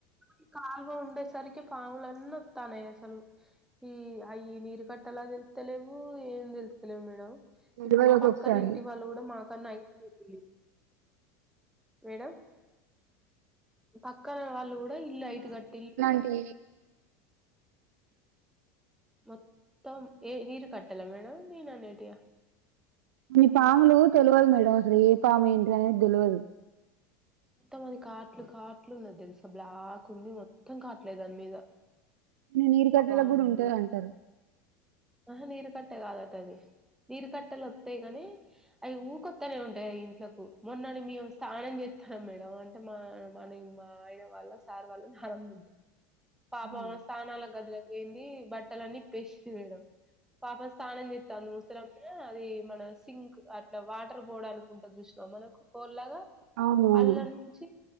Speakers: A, in the centre; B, on the right (about 60°).
A: ఈ కాల్వ ఉండేసరికి పాములన్నీ వత్తనాయ్ అసలు ఈ అయి నీరు కట్టేలా తెలుత్తలేవు ఏం తెలుత్తలేవు మేడం
B: తెల్వదు
A: ఇప్పుడు మా
B: ఒక్కొక్కసారి
A: పక్కన ఇంటి వాళ్ళు కూడా మాకన్నా హైట్ లేపిళ్ళు మేడ పక్కన వాళ్ళు కూడా ఇల్లు హైట్ గట్టిల్లు
B: అంటే
A: మొత్తం ఏ నీరు కట్టేలా మేడం నేను అనేటియా
B: కొన్ని పాములు తెలువదు మేడం అసలు ఏ పాము ఏంటిది అనేది తెలువదు
A: త్తం అది కాట్లు కాట్లు ఉన్నది తెలుసా బ్లాక్ ఉంది మొత్తం కాట్లే దాని మీద
B: నే నీరు కట్టేలకు
A: వామ్మో
B: కూడా ఉంటాది అంటారు
A: ఆహా నీరు కట్టే కాదట అది నీరు కట్టెలు వత్తాయి గాని అయి ఊకొత్తనే ఉంటాయి అయి ఇంట్లకు మొన్నడు మేము స్నానం చేత్తున్నాం మేడం మా మన మా ఆయన వాళ్ళ సార్ వాళ్ళ నానమ్మ ఉంది పాపం
B: ఆ
A: స్థానాల గదిలోకి పోయింది బట్టలన్నీ ఇప్పేసింది మేడం పాపం స్థానం చె తను ముసలామె అది మన సింక్ అట్లా వాటర్ పోడానికి ఉంటది చూసినావ మనకు హోల్ లాగా
B: అవునవును
A: అల్లనే నుంచి